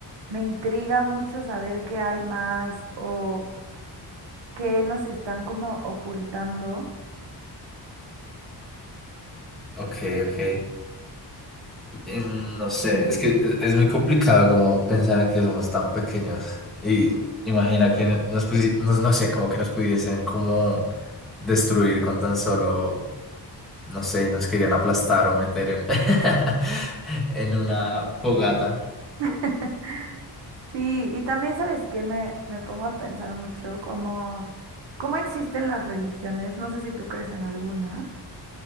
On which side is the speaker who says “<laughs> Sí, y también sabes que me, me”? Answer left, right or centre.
Right